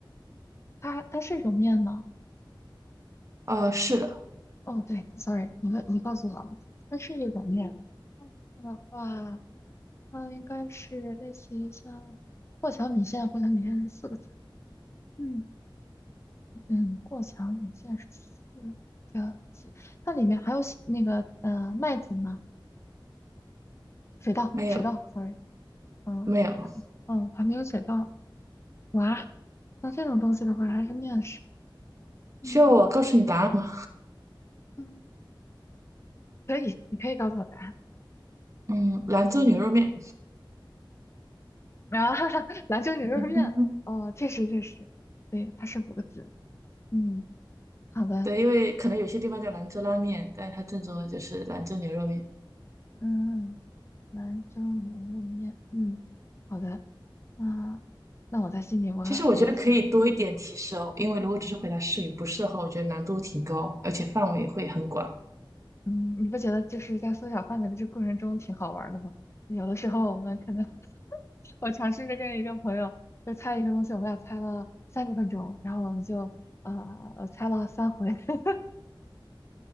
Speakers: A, on the left; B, on the right.
A: 它它是一种面吗？
B: 呃，是的，
A: 哦，对，sorry，你问你告诉我了它是一种面。它的话，它应该是类似于像过桥米线，过桥米线是四个字。嗯嗯，过桥米线是四个字。它里面还有西那个呃麦子吗？水稻，
B: 没有
A: 水稻，sorry，嗯，
B: 没有，
A: 还没嗯还没有水稻。哇，那这种东西的话还是面食。嗯
B: 需要我告诉你答案吗？
A: 嗯，可以，你可以告诉我答案。
B: 嗯，兰州牛肉面，
A: <laughs> 啊，哈哈，兰州牛肉面，
B: <laughs> 嗯
A: 哦，确实确实，对，它是五个字。嗯，好的，
B: 对，因为可能有些地方叫兰州拉面，但是它正宗的就是兰州牛肉面。
A: 嗯，兰州牛肉面，嗯，好的，啊，那我在心里我也想，
B: 其实我觉得可以多一点提示哦，因为如果只是回答是与不是的话，我觉得难度挺高，而且范围会很广。
A: 嗯，你不觉得就是在缩小范围的这过程中挺好玩儿的吗？有的时候我们可能 <laughs> 我尝试着跟一个朋友就猜一个东西，我们俩猜了三十分钟，然后我们就呃呃猜了三回，<laughs>